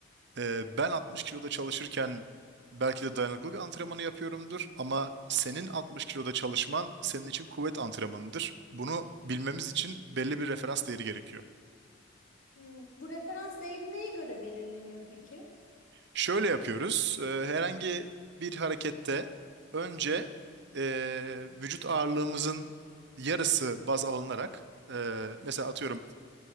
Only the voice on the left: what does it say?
Hmm, bu referans değeri neye göre belirleniyor peki?